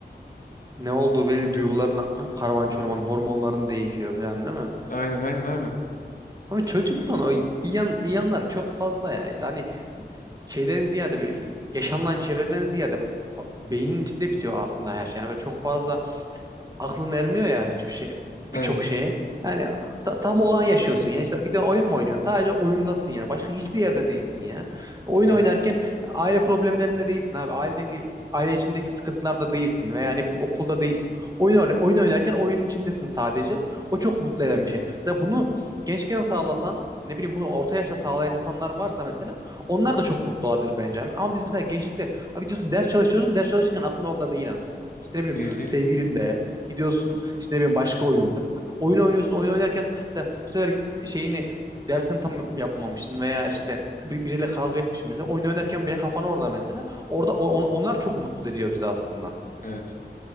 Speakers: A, on the right (about 20°); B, on the left (about 50°).
A: ne olduğu belli duyguların karman çorman hormonların değişiyor falan değil mi?
B: Aynen aynen abi.
A: Ama çocukluğun o iyi, yan, iyi yanlar çok fazla ya. İşte hani şeyden ziyade böyle yaşanılan çevreden ziyade fa- beynin içinde bitiyor aslında her şey. Yani böyle çok fazla aklın ermiyor ya hiçbir şey birçok
B: Evet.
A: şeye. Yani ta- tam olan yaşıyorsun ya. İşte gidiyorsun oyun mu oynuyorsun? Sadece oyundasın yani. Başka hiçbir yerde değilsin ya. Oyun
B: Evet.
A: oynarken aile problemlerinde değilsin abi. Ailedeki aile içindeki sıkıntılarda değilsin veya yani okulda değilsin. Oyun oyna- oyun oynarken oyunun içindesin sadece. O çok mutlu eden bir şey. Mesela bunu gençken sağlasan ne bileyim bunu orta yaşta sağlayan insanlar varsa mesela onlar da çok mutlu olabilir bence. Ama biz mesela gençlikte abi diyorsun ders çalışıyorsun ders çalışırken aklın orada değil aslında. İşte ne bileyim
B: Değil değil.
A: sevgilin de Gidiyorsun işte ne bileyim başka oyunda. Oyun oynuyorsun, oyun oynarken mesela bu sefer şeyini dersini tam yap- yapmamışsın veya işte bir- biriyle kavga etmişsin mesela. Oyun oynarken bile kafan orada mesela. Orada on- onlar çok mutsuz ediyor bizi aslında.
B: Evet.